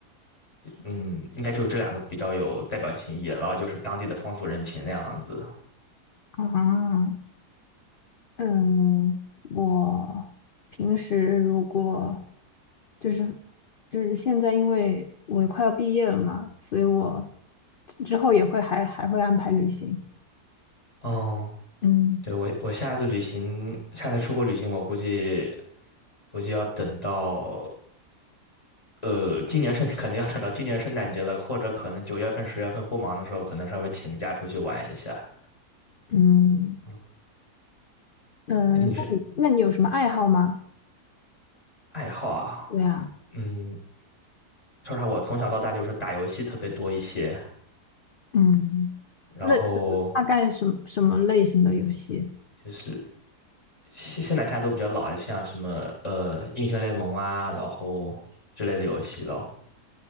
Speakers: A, on the left; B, on the left.
A: 嗯，应该就是这两个比较有代表性意义了然后就是当地的风土人情那样子。
B: 啊，嗯，我平时如果就是就是现在，因为我快要毕业了嘛，所以我之后也会还还会安排旅行。
A: 哦，
B: 嗯
A: 对，我我下次旅行，下次出国旅行，我估计估计要等到。呃，今年圣可能要等到今年圣诞节了，或者可能九月份、十月份不忙的时候，可能稍微请个假出去玩一下。
B: 嗯
A: 嗯，
B: 嗯，
A: 哎，你是
B: 呃那你那你有什么爱好吗？
A: 爱好啊？
B: 对啊，
A: 嗯，说实话，我从小到大就是打游戏特别多一些，
B: 嗯，
A: 然后
B: 类似大概什么什么类型的游戏？
A: 就是现现在看都比较老，像什么呃英雄联盟啊，然后之类的游戏了。